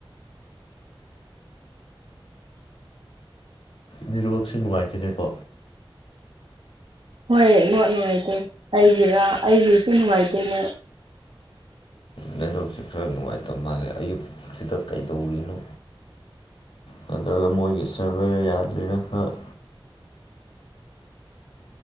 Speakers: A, on the left (about 75°); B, on the right (about 75°).
A: ꯅꯦꯠꯋꯥ꯭ꯔꯛꯁꯦ ꯅꯨꯡꯉꯥꯏꯇꯦꯅꯦꯀꯣ
B: ꯍꯣꯏ ꯋꯥ꯭ꯔꯛ ꯅꯨꯡꯉꯥꯏꯇꯦ ꯑꯩꯒꯤꯔ ꯑꯩꯒꯤꯁꯨ ꯅꯨꯡꯉꯥꯏꯇꯦ ꯅꯦꯠ
A: ꯅꯦꯠꯋꯥ꯭ꯔꯛꯁꯦ ꯈꯔ ꯅꯨꯡꯉꯥꯏꯇ ꯃꯥꯜꯂꯦ ꯑꯌꯨꯛꯁꯤꯗ ꯀꯩꯗꯧꯔꯤꯅꯣ ꯅꯠꯇ꯭ꯔꯒ ꯃꯣꯏꯒꯤ ꯁꯔꯚꯔ ꯌꯥꯗ꯭ꯔꯤꯔ ꯈꯔ